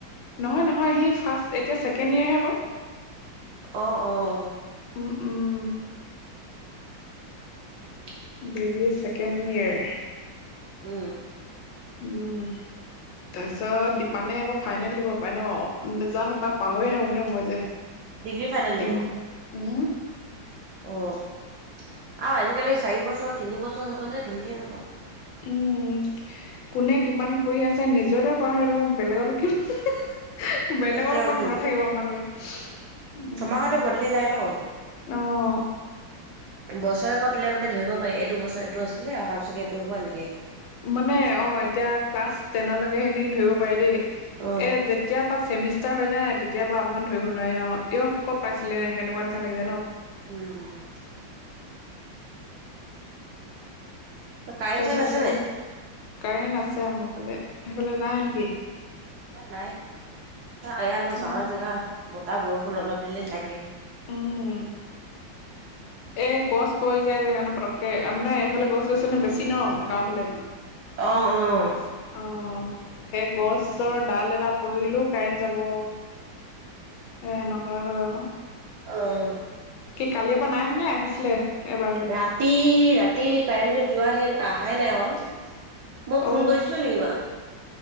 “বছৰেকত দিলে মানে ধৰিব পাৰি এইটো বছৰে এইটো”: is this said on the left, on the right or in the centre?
Right